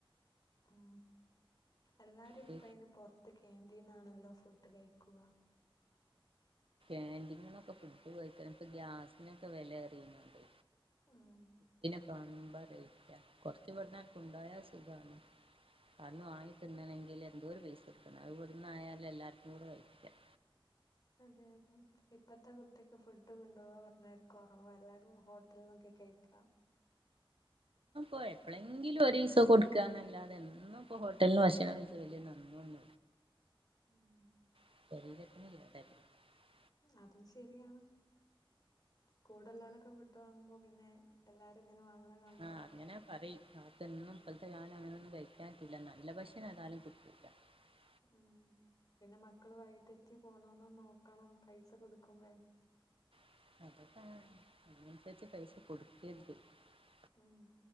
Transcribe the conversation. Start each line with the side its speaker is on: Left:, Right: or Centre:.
Left: ആ എല്ലാരും
Right: ഒരു
Left: ഇപ്പൈന് പൊറത്ത് ക്യാൻ്റീന്നാണല്ലോ ഫുഡ് കയ്ക്കുക
Right: എന്തെങ്കിലുഒക്കെ ഫുഡ് കഴിക്കത്ത ഗ്യാസിനൊക്കെ വെല എറിയുന്നുണ്ട്
Left: ആഹ്
Right: മ്പ കഴിക്കാ കൊറച്ചു ഇവ്ട്ന്ന് കൊണ്ടായ സുഖാണ് അട്ന്ന് വാങ്ങി തിന്നണെങ്കില് എന്തോര് പൈസ എടുക്കണം ഇവ്ട്ന്നായാല് എല്ലാർക്കുംകൂടെ കഴിക്കാം
Left: അതെ അതെ ഇപ്പത്തെ കുട്ടിക്ക് ഫുഡ് കൊണ്ടുപോവാൻ പറഞ്ഞാൽ കൊറവാ എല്ലാവരും ഹോട്ടൽന്നൊക്കെ കഴിക്കാ
Right: പ്പഎപ്പളെങ്കിലും ഒരീസോ കൊടുക്കാന്നല്ലാതെ എന്നും ഇപ്പ ഹോട്ടൽന്ന് ഭക്ഷണം കഴിഞ്ഞാ നന്നല്ല
Left: ഉം
Right: <inaudible>
Left: അതും ശെരിയാണ് കൂടെള്ള ലൊക്കെ ഫുഡ് വാങ്ങുമ്പോ പിന്നെ എല്ലാരും ഇങ്ങനെ വാ അങ്ങനെ കാണുമ്പം
Right: ആഹ് അങ്ങനെ <inaudible>
Left: ഉം പിന്നെ മക്കള് വൈതെറ്റി പോണോന്ന് നോക്കണം പൈസ കൊടുക്കുമ്പഴ്
Right: <inaudible>
Left: ഉം